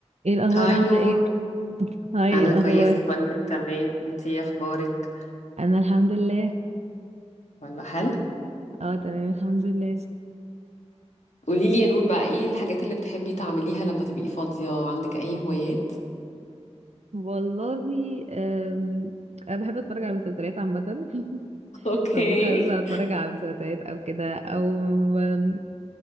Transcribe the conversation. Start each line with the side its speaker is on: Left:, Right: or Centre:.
Right: ايه الاخبار
Left: هاي
Right: عامله
Left: نور
Right: ايه هاي
Left: انا
Right: ايه الاخبار
Left: كويسه كله تمام انتي ايه اخبارك
Right: انا الحمد لله
Left: ولا حلو
Right: اه تمام الحمد لله
Left: قولي لي يا نور بقى ايه الحاجات اللي بتحبي تعمليها لما تبقي فاضيه عندك اي هوايات
Right: والله أم... انا بحب اتفرج على المسلسلات عامه
Left: <laughs>
Right: <laughs>
Left: اوكي
Right: فممكن مثلا اتفرج على مسلسلات او كده او أم...